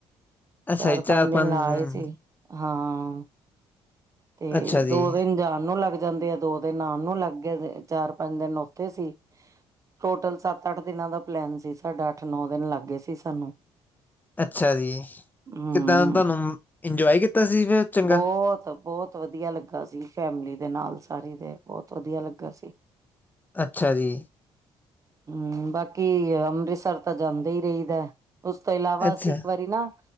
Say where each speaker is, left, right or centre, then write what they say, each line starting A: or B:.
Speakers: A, on the left; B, on the right.
A: ਅਸਾ
B: ਚਾਰ
A: ਜੀ, ਚਾਰ-ਪੰਜ
B: ਪੰਜ ਦਿਨ ਲਾ
A: ਹੰ
B: ਆਏ ਸੀ ਹਾਂ, ਤੇ
A: ਅੱਛਾ ਜੀ
B: ਦੋ ਦਿਨ ਜਾਨ ਨੂੰ ਲੱਗ ਜਾਂਦੇ ਆ, ਦੋ ਦਿਨ ਆਨ ਨੂੰ ਲੱਗ ਗੇ ਦੇ, ਚਾਰ ਪੰਜ ਦਿਨ ਓਥੇ ਸੀ। ਟੋਟਲ ਸੱਤ-ਅੱਠ ਦਿਨਾਂ ਦਾ ਪਲੈਨ ਸੀ ਸਾਡਾ। ਅੱਠ-ਨੌ ਦਿਨ ਲੱਗ ਗੇ ਸੀ ਸਾਨੂੰ।
A: ਅੱਛਾ ਜੀ
B: ਹਮ
A: ਕਿੱਦਾਂ ਦਾ ਤੁਆਨੂੰ, ਇੰਜੋਏ ਕੀਤਾ ਸੀ ਫਿਰ। ਚੰਗਾ
B: ਬੋਤ, ਬੋਤ ਵਧੀਆ ਲੱਗਾ ਸੀ ਫੈਮਿਲੀ ਦੇ ਨਾਲ ਸਾਰੀ ਦੇ, ਬੋਤ ਵਧੀਆ ਲੱਗਾ ਸੀ।
A: ਅੱਛਾ ਜੀ।
B: ਹੂੰ, ਬਾਕੀ ਓ ਅੰਮ੍ਰਿਤਸਰ ਤਾਂ ਜਾਂਦੇ ਈ ਰਈਦੈ। ਉਸ ਤੋਂ ਇਲਾਵਾ
A: ਅੱਛਾ
B: ਅਸੀਂ ਇੱਕ ਵਾਰੀ ਨਾ